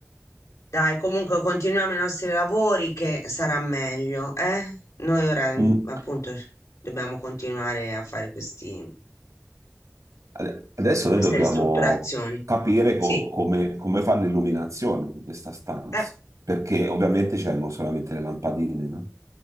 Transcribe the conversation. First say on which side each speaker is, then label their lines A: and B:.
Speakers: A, on the left (about 85°); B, on the right (about 85°).
A: dai, comunque continuiamo i nostri lavori che sarà meglio, eh? Noi ora, mm,
B: Mm.
A: appunto, dobbiamo continuare a fare questi
B: Ade- Adesso
A: Queste
B: noi dobbiamo
A: ristrutturazioni.
B: capire
A: Sì,
B: co- come, come fare l'illuminazione di questa stanza,
A: eh,
B: perché ovviamente c'erano solamente le lampadine, no?